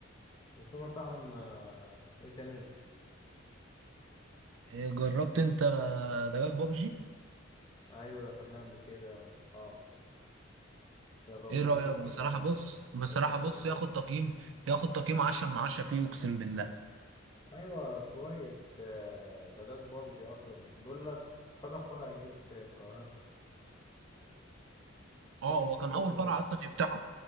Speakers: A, on the left (about 25°); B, on the right (about 65°).
A: وفي مطعم آه، ايه تاني
B: إيه، جربت انت دجاج بابجي
A: ايوه دخلناه قبل كده واصحاب جربناه
B: ايه رايك بصراحه
A: كان
B: بص بصراحه
A: كان الاكل
B: بص
A: كويس
B: ياخد تقييم
A: يعني.
B: ياخد تقييم 10 من 10 فيه اقسم بالله
A: ايوه كويس آه، ده جاك بابجي اصلا بقول لك فتح فرع جديد في القاهره
B: اه
A: شفت
B: هو كان
A: انت
B: اول
A: ال...
B: فرع اصلا يفتحه